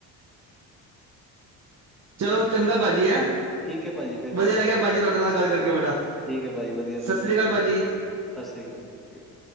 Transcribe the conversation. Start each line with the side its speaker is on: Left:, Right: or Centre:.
Right: ਚਲੋ ਚੰਗਾ ਭਾਜੀ ਹੈਂ
Centre: ਚਲੋ ਠੀਕ ਐ ਪਾਜੀ ਫੇਰ
Right: ਵਧੀਆ
Centre: ਕਰਾਂਗੇ
Right: ਲੱਗਿਆ
Centre: ਗੱਲ
Right: ਭਾਜੀ
Centre: ਆਪਾਂ
Right: ਤੁਹਾਡੇ
Centre: ਹੈਨਾਂ।
Right: ਨਾਲ ਗੱਲ ਕਰਕੇ ਬੜਾ
Centre: ਠੀਕ ਐ ਪਾਜੀ ਵਧੀਆ,
Right: ਸਤਿ
Centre: ਮੈਨੂੰ
Right: ਸ਼੍ਰੀ
Centre: ਵੀ ਵਧੀਆ
Right: ਅਕਾਲ ਭਾਜੀ
Centre: ਲਗਿਆ ਸਤ ਸ਼੍ਰੀ ਅਕਾਲ ਜੀ, ਸਤਿ ਸ਼੍ਰੀ ਅਕਾਲ।